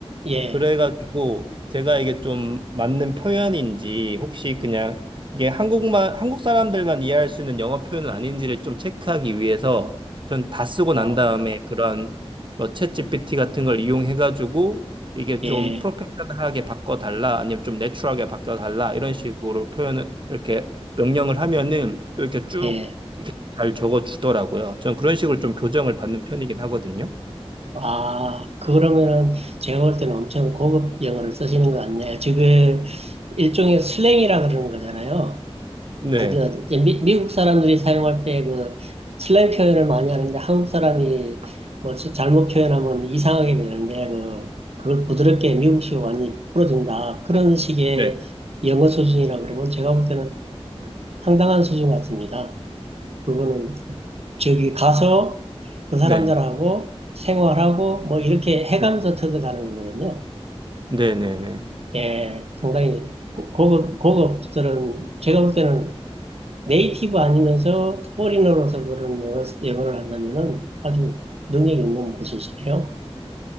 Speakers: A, on the right (about 70°); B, on the right (about 50°).
A: 예.
B: 그래가지고 제가 이게 좀 맞는 표현인지 혹시 그냥 이게 한국만 한국 사람들만 이해할 수 있는 영어 표현은 아닌지를 좀 체크하기 위해서 전 다 쓰고
A: 어,
B: 난 다음에 그런 뭐 챗GPT 같은 걸 이용해가지고 이게
A: 예.
B: 좀 프로페셔널하게 바꿔달라 아니면 좀 내추럴하게 바꿔달라 이런 식으로 표현을 이렇게 명령을 하면은 또 이렇게 쭉
A: 예.
B: 잘 적어주더라고요. 전 그런 식으로 좀 교정을 받는 편이긴 하거든요.
A: 아, 그러면은 제가 볼 때는 엄청 고급 영어를 쓰시는 것 같네요. 지금 일종의 슬랭이라 그러는 거잖아요.
B: 네.
A: 그러니까 이제 미, 미국 사람들이 사용할 때 그 슬랭 표현을 많이 하는데 한국 사람이 뭐 저- 잘못 표현하면 이상하게 되는데 그 그걸 부드럽게 미국식으로 많이 풀어준다. 그런 식의
B: 네.
A: 영어 수준이라 그러면 제가 볼 때는 상당한 수준 같습니다. 그거는 저기 가서 그 사람들하고
B: 네.
A: 생활하고 뭐 이렇게 해가면서
B: 네.
A: 터득하는 거거든요.
B: 네. 네. 네.
A: 예, 상당히 고- 고급, 고급들은 제가 볼 때는 네이티브 아니면서 포리너로서 그런 영어, 영어를 한다면은 아주 능력이 있는 분이시네요.